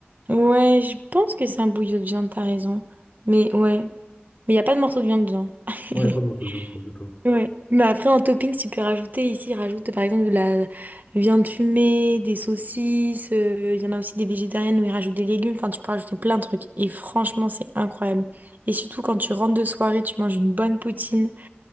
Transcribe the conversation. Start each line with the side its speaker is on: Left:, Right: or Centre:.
Right: Ouais, je pense que c'est un bouillon de viande, t'as raison. Mais ouais. Mais il n'y a pas de morceau de viande dedans. <laughs>
Left: Ouais, il n'y a pas de morceau de viande, pas du tout.
Right: Ouais. Mais après, en topping, tu peux rajouter ici, rajoute par exemple de la viande fumée, des saucisses. euh, Il y en a aussi des végétariennes où ils rajoutent des légumes. Enfin, tu peux rajouter plein de trucs. Et franchement, c'est incroyable. Et surtout, quand tu rentres de soirée, tu manges une bonne poutine.